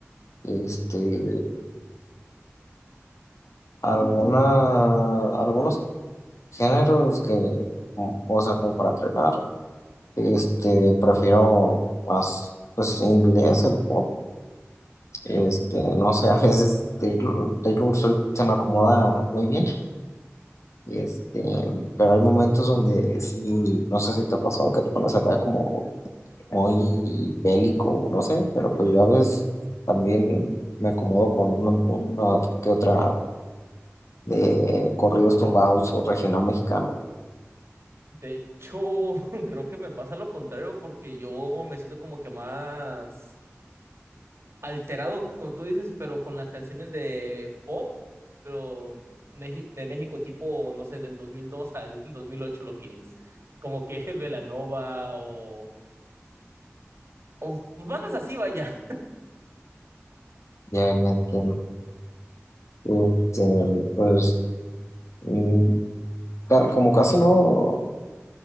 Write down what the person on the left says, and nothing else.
este, alguna, algunos géneros que, o sea, como para entrenar, este, prefiero más, pues, inglés, el pop, este, no sé, a veces Taylor, Taylor Swift se me acomoda muy bien. Y este, pero hay momentos donde sí, no sé si te ha pasado que te pones acá como muy bélico, no sé, pero pues yo a veces también me acomodo con una, una que otra de corridos tumbados o regional mexicano.
Ya, ya entiendo. Este, pues mm, ca- como casi no,